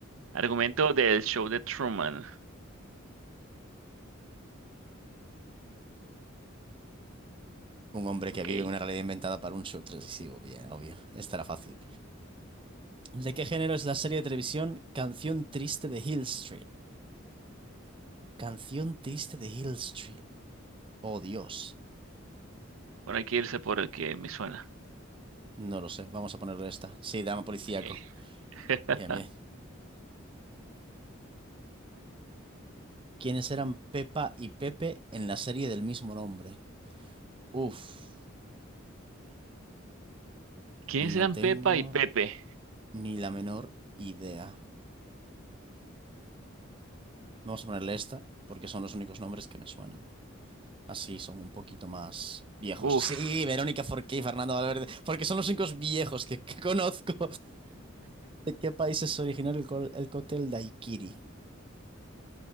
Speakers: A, on the right; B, on the right.
A: Argumento del show de Truman.
B: Un hombre
A: Ok.
B: que vive en una realidad inventada para un show televisivo. Bien, obvio. Esta era fácil. ¿De qué género es la serie de televisión Canción Triste de Hill Street? Canción Triste de Hill Street. Oh, Dios.
A: Bueno, hay que irse por el que me suena.
B: No lo sé. Vamos a ponerle esta. Sí, drama policíaco.
A: Ok. <laughs>
B: Bien, bien. ¿Quiénes eran Pepa y Pepe en la serie del mismo nombre? Uf.
A: ¿Quiénes
B: No
A: eran
B: tengo
A: Pepa y Pepe?
B: ni la menor idea. Vamos a ponerle esta porque son los únicos nombres que me suenan. Así son un poquito más viejos.
A: Uf.
B: Sí, Verónica Forqué y Fernando Valverde, porque son los únicos viejos que, que conozco. ¿De qué país es originario el, co- el cóctel daiquiri?